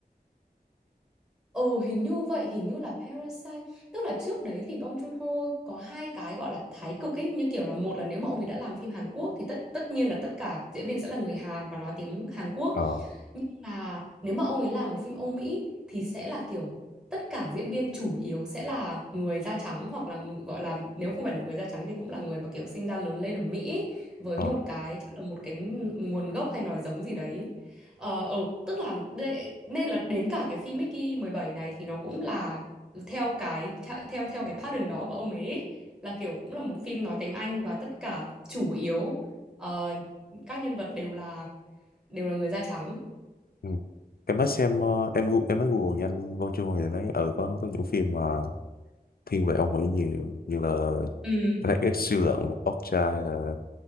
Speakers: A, in the centre; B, on the left.
A: Ừ hình như vậy hình như là Parasite Tức là trước đấy thì Bong Joon-ho có hai cái gọi là thái cực ấy Như kiểu là một là nếu mà ông ấy đã làm phim Hàn Quốc Thì tất tất nhiên là tất cả diễn viên sẽ là người Hàn và nói tiếng Hàn Quốc
B: ờ
A: nhưng mà nếu mà ông ấy làm một phim Âu Mỹ thì sẽ là kiểu tất cả diễn viên chủ yếu sẽ là người da trắng hoặc là ng- gọi là nếu không phải là người da trắng thì cũng là người mà kiểu sinh ra lớn lên ở Mỹ với
B: ờ
A: một cái chắc là một cái nguồn gốc hay nói giống gì đấy. Ờ ừ, tức là đê- nên là đến cả cái phim Mickey 17 này thì nó cũng là theo cái theo theo cái pattern đó của ông ấy là kiểu cũng là một phim nói tiếng Anh và tất cả chủ yếu ờ, các nhân vật đều là đều là người da trắng
B: ừ. em mới xem ờ, em gu- em mới Google nhanh Bong Joon-ho thì thấy ừ có có những phim mà thiên về ông Mỹ nhiều như là
A: ừ
B: Black X siêu lợn Okja hay là